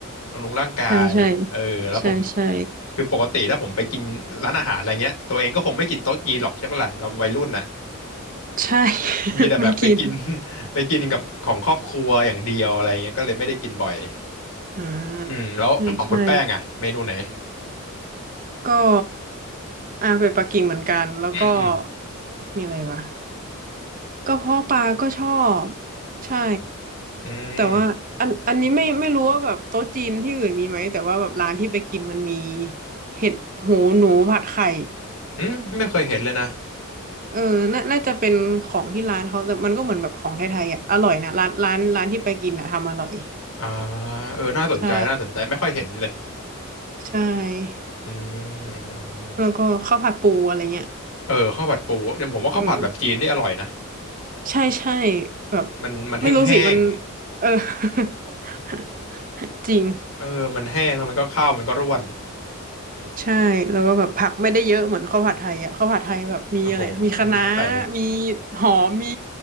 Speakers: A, on the left; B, on the right.
A: บำรุงร่างกายเออแล้วผม
B: ใช่ใช่ใช่ใช่
A: คือปกติถ้าผมไปกินร้านอาหารอะไรเงี้ยตัวเองก็คงไม่กินโต๊ะจีนหรอกใช่ปะล่ะเราวัยรุ่นน่ะ
B: ใช่ <laughs>
A: มีแต่แบบไปกิน
B: ไม่กิน
A: <laughs> ไปกินกับของครอบครัวอย่างเดียวอะไรเงี้ยก็เลยไม่ได้กินบ่อย
B: อ่า
A: อืมแล้วของคุณแป้งอะเมนูไหน
B: ใช่ใช่ก็อ่าไปปักกิ่งเหมือนกันแล้วก็
A: อืมอืม
B: มีอะไรวะก็เพาะปลาก็ชอบใช่
A: อืม
B: แต่ว่าอันอันนี้ไม่ไม่รู้ว่าแบบโต๊ะจีนที่อื่นมีไหมแต่ว่าแบบร้านที่ไปกินมันมีเห็ดหูหนูผัดไข่
A: อืมไม่เคยเห็นเลยนะ
B: เออน่าน่าจะเป็นของที่ร้านเขาแต่มันก็เหมือนแบบของไทยๆอ่ะอร่อยนะร้านร้านร้านที่ไปกินอ่ะทำอร่อย
A: อ่าเออน่าสนใจน่าสนใจไม่ค่อยเห็นเลย
B: ใช่ใช่
A: อืมอืมอืม
B: แล้วก็ข้าวผัดปูอะไรเงี้ย
A: เออข้าวผัดปูเดี๋ยวผมว่าข้าวผัดแบบจีนนี่อร่อยนะ
B: อืม ใช่ใช่แบบ
A: มันมันแห้ง
B: ไม่รู้สิมันเออ <laughs> จริง
A: ๆเออมันแห้งแล้วมันก็ข้าวมันก็ร่วน
B: ใช่แล้วก็แบบผักไม่ได้เยอะเหมือนข้าวผัดไทยอ่ะข้าวผัดไทยแบบมีอะไรมีคะน้า
A: โอ้โหมันใส่
B: มีหอมมี